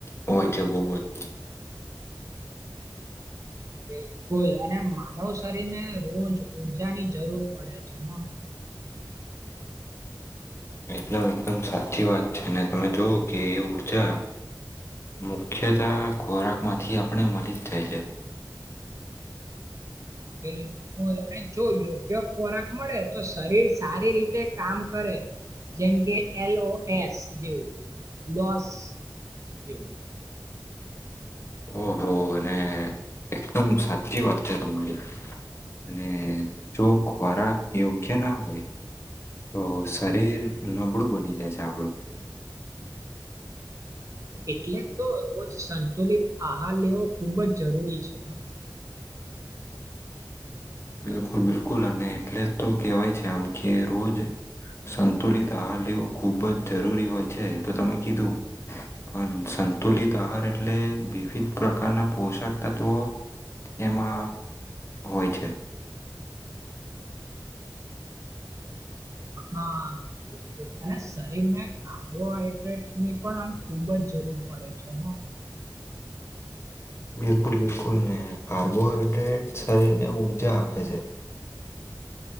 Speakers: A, on the left; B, on the right.
A: હોય છે બહુ જ
B: <inaudible> એમ કુલ અને માનવ શરીર ને રોજ ઉર્જા ની જરૂર પડે છે હ <inaudible>
A: એકદમ એકદમ સાચી વાત છે ને તમે જોવ કે એ ઉર્જા મુખ્યત ખોરાકમાંથી આપણે મલીજ જાય છે
B: બિલકુલ અને જો યોગ્ય ખોરાક મળે તો શરીર સારી રીતે કામ કરે જેમ કે એલઓ એસ જેવું લોસ જેવું
A: ઓહ હો અને એકદમ સાચી વાત છે તમારી અને જો ખોરાક યોગ્ય ના હોય તો શરીર નબળું બની જાય છે આપણું
B: એટલે તો રોજ સંતુલિત આહાર લેવો ખુબ જ જરૂરી છે
A: બિલકુલ બિલકુલ અને એટલે તો કહેવાય છે આમ કે રોજ સંતુલિત આહાર લેવો ખૂબ જ જરૂરી હોય છે તો તમે કીધું પણ સંતુલિત આહાર એટલે વિવિધ પ્રકારના પોષક તત્વો એમાં હોય છે
B: હા અને શરીર ને કાર્બોહાઈડ્રેટની પણ આમ ખુબ જ જરૂર પડે છે હ
A: બિલકુલ બિલકુલ ને કાર્બોહાઈડ્રેટ શરીરને ઊર્જા આપે છે